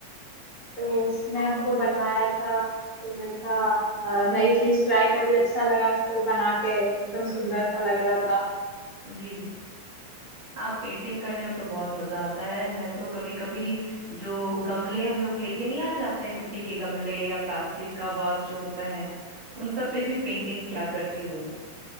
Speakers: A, on the left; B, on the right.
A: तो उसमें हमको बनवाया था तो मैंने कहा अ, नई चीज ट्राई करी अच्छा लगा इसको बना के एकदम
B: हम्म
A: सुंदर सा लग रहा था
B: जी हाँ पेंटिंग करने में तो बहुत मजा आता है मैं तो कभी कभी जो गमले हम लोग लेके नहीं आ जाते हैं मिट्टी के गमले या प्लास्टिक का वास जो होता है उन सब पे भी पेंटिंग क्या करती हूँ